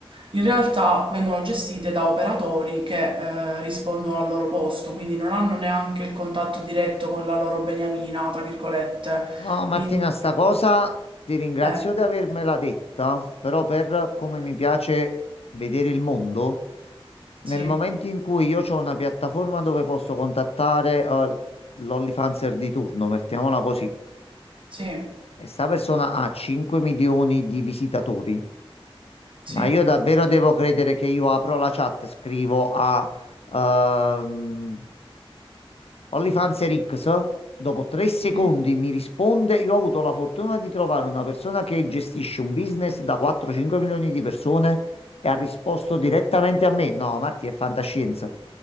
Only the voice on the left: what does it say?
No, Martina,
sta cosa ti ringrazio
di avermela detta, però per come mi piace vedere il mondo, nel
momento in cui io ho una piattaforma dove posso contattare eh, l'Ollifanzer di turno, mettiamola così,
e sta persona ha 5 milioni di visitatori,
ma io davvero devo credere che io apro la chat, scrivo a ehm, OnlyFans Rix, dopo tre secondi
mi risponde, io ho avuto la fortuna di trovare una persona che gestisce un business da 4-5 milioni di persone e ha risposto direttamente a me. No, Marti, è fantascienza.